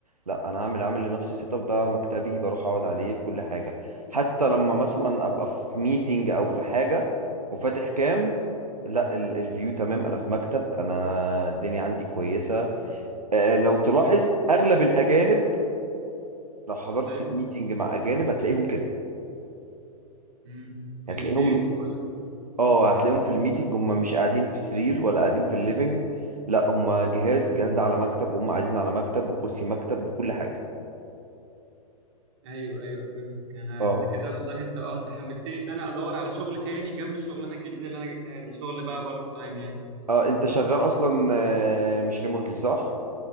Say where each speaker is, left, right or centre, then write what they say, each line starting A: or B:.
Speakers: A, on the right; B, on the right.
A: لا انا هعمل عامل لنفسي سيت اب ده مكتبي بروح اقعد عليه بكل حاجه حتى لما مثلا ابقى في ميتنج او في حاجه وفاتح كام لا ال- الفيو تمام انا في مكتب انا الدنيا عندي كويسه آه، لو تلاحظ اغلب الاجانب لو حضرت
B: ايوه
A: ميتنج مع اجانب هتلاقيهم كده
B: امم من
A: هتلاقيهم
B: البيت و...
A: اه هتلاقيهم في الميتنج هم مش قاعدين في سرير ولا قاعدين في الليفينج لا هم جهاز الجهاز ده على مكتب وهم قاعدين على مكتب وكرسي مكتب وكل حاجة
B: ايوه ايوه فهمتك انا
A: اه
B: انت كده والله انت اه انت حمستني ان انا ادور على شغل تاني جنب الشغلانه الجديده اللي انا جبتها دي شغل بقى بارت تايم يعني
A: اه انت شغال اصلا آه، مش ريموتلي صح